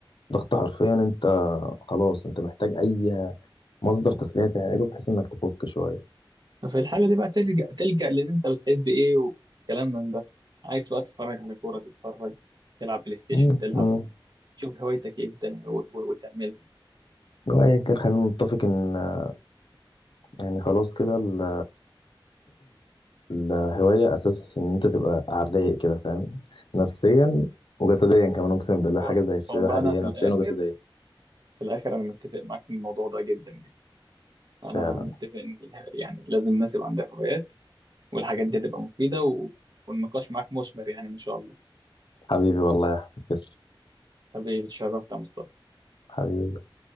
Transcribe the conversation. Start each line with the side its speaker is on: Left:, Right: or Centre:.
Left: ضغط حرفيا انت خلاص انت محتاج اي مصدر تسليه تعمله بحيث انك تفك شويه
Right: ففي الحاله دي بقى تلجأ تلجأ لان انت بتحب ايه وكلام من ده عايز بقى تتفرج على كوره تتفرج تلعب بلاي ستيشن
Left: مم.
Right: تلعب
Left: مم.
Right: شوف هوايتك ايه وتلعب و- و- وتعملها
Left: وايا كان خلينا نتفق ان آه، يعني خلاص كده ال- الهوايه اساس ان انت تبقى على الرايق كده فاهم نفسيا وجسديا كمان اقسم بالله
Right: و-
Left: حاجه زي السباحه
Right: والله انا
Left: دي هي
Right: في
Left: نفسيا
Right: الاخر
Left: وجسديا
Right: في الاخر انا متفق معاك في الموضوع ده جدا يعني انا
Left: فعلا
Right: متفق ان اله- يعني لازم الناس يبقى عندها هوايات والحاجات دي هتبقى مفيدة و... والنقاش معاك مثمر يعني ما شاء الله
Left: حبيبي والله يا احمد تسلم
Right: حبيبي اتشرفت يا مصطفى
Left: حبيبي